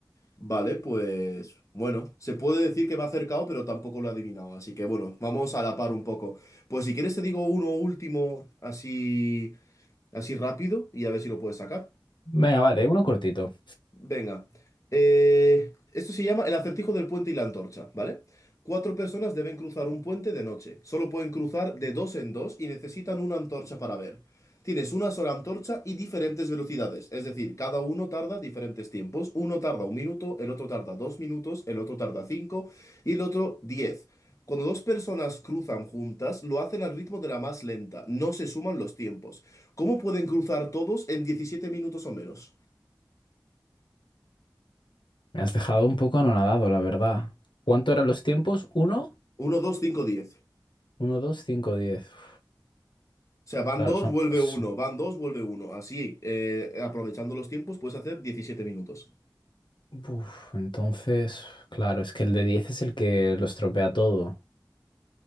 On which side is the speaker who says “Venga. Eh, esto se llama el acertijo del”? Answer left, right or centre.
Left